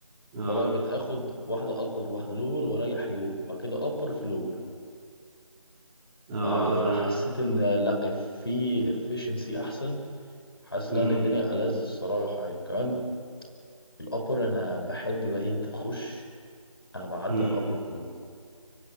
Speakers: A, in the centre; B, on the left (about 45°).
A: اه
B: فبقى بتاخد واحده ابر واحده لور واريح يوم بعد كده ابر في لور
A: اه
B: فحسيت
A: تمام
B: ان لا في efficiency احسن حاسس
A: امم
B: ان الدنيا ألذ الصراحه يعني كمان الأبر أنا بحب بقى إيه، أنت تخش أنا بعدي
A: امم
B: على الأبر كله